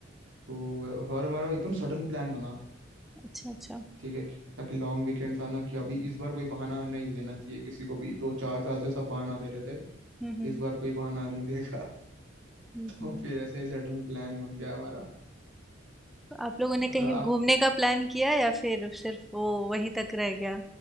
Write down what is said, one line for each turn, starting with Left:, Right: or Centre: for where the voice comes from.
Right: तो वह- और हमारा एकदम सडन प्लान बना
Centre: अच्छा अच्छा
Right: ठीक है कि ताकि लॉन्ग वीकेंड्स आना कि अभी इस बार कोई बहाना नहीं देना चाहिए किसी को भी दो चार साल से सब बहाना दे रहे थे
Centre: हम्म हम्म
Right: इस बार कोई बहाना नहीं देगा
Centre: हम्म
Right: और फिर ऐसे ही सडन प्लान बन गया हमारा
Centre: तो आप लोगों ने
Right: और
Centre: कहीं
Right: आप
Centre: घूमने का प्लान किया या फिर सिर्फ वो वहीं तक रह गया